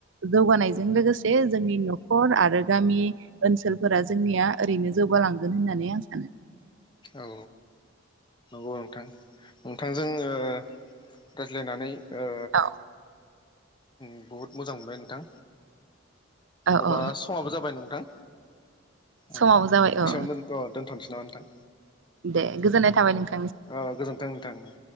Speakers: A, on the right; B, on the left.
A: जौगानायजों लोगोसे जोंनि न'खर आरो गामि ओनसोलफोरा जोंनिया ओरैनो जौगालांगोन होननानै आं सानो।
B: औ नंगौ नोंथां <unintelligible> बिथांजों ओ रायज्लायनानै ओ
A: औ
B: बुहुत मोजां मोनबाय नोंथां।
A: औ
B: अब्ला
A: औ
B: समाबो जाबाय नोंथां। ओ
A: समाबो
B: एसेङावनो
A: जाबाय औ
B: दथ' -दोनथ'नोसै। अ' नोंथां।
A: दे गोजोननाय थाबाय नोंथां।
B: औ गोजोन्थों नोंथां उम।